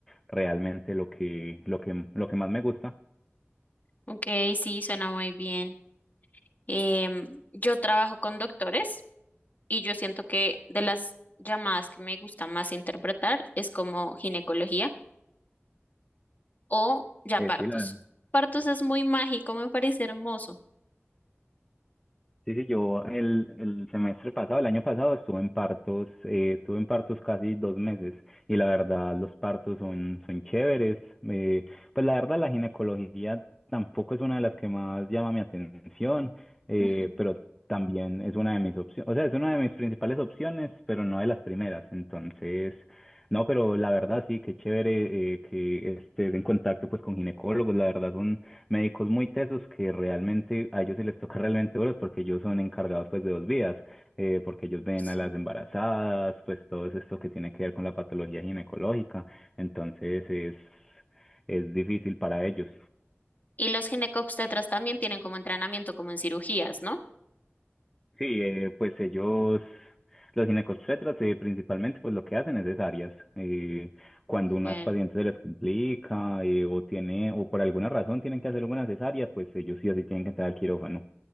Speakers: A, in the centre; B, on the left (about 40°).
A: realmente lo que, lo que, lo que más me gusta.
B: Ok, sí, suena muy bien. Em, yo trabajo con doctores y yo siento que de las llamadas que me gusta más interpretar es como ginecología o ya
A: Eh,
B: partos.
A: sí, la,
B: Partos es muy mágico, me parece hermoso.
A: Sí, sí, yo el, el semestre pasado, el año pasado, estuve en partos, eh, estuve en partos casi dos meses y la verdad los partos son, son chéveres. eh, pues la verdad la ginecología tampoco es una de las que más llama mi atención, eh,
B: Ujú,
A: pero también es una de mis opciones, o sea, es una de mis principales opciones, pero no de las primeras. Entonces, no, pero la verdad sí, qué chévere eh, que estés en contacto pues con ginecólogos, la verdad son médicos muy tesos que realmente a ellos sí les toca realmente duros porque ellos son encargados pues de dos vías, eh, porque ellos ven
B: ay, sí.
A: a las embarazadas, pues todo esto que tiene que ver con la patología ginecológica, entonces es, es difícil para ellos.
B: Y los ginecobstetras también tienen como entrenamiento, como en cirugías, ¿no?
A: Sí, eh, pues ellos, los ginecobstetras, eh, principalmente, pues lo que hacen es cesáreas. Eh, cuando
B: Ok.
A: unas pacientes se les complica eh, o tiene, o por alguna razón tienen que hacer alguna cesárea, pues ellos sí o sí tienen que entrar al quirófano.